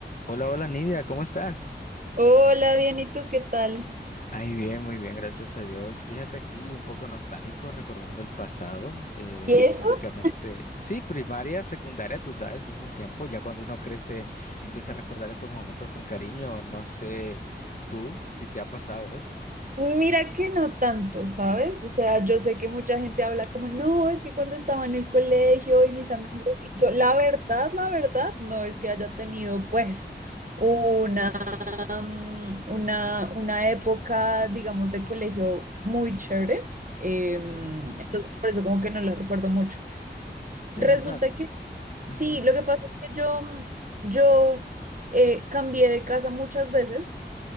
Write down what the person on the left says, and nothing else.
Hola, hola Nidia, ¿cómo estás?
Ay, bien, muy bien, gracias a Dios. Fíjate aquí un poco nostálgico recordando el pasado, eh,
específicamente,
sí, primaria, secundaria, tú sabes, esos tiempos, ya cuando uno crece, empieza a recordar esos momentos con cariño, no sé tú si te ha pasado eso.
Ok, de
verdad.
Ujú,